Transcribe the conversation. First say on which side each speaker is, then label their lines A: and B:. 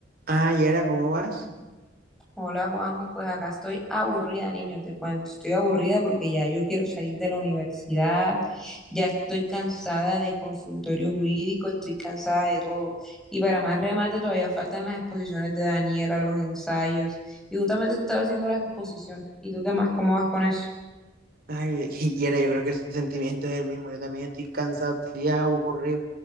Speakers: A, on the right; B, in the centre.
A: Ah, Yera, ¿cómo vas?
B: Hola Juanjo, pues acá estoy aburrida, niño, te cuento. Estoy aburrida porque ya yo quiero salir de la universidad, ya estoy cansada de consultorio jurídico, estoy cansada de todo. Y para más remate, todavía faltan las exposiciones de Daniela, los ensayos. Y justamente estaba haciendo la exposición. ¿Y tú qué más? ¿Cómo vas con eso?
A: Ay, <laughs> Yera, yo creo que el sentimiento es el mismo. Yo también estoy cansado, estoy aburrido.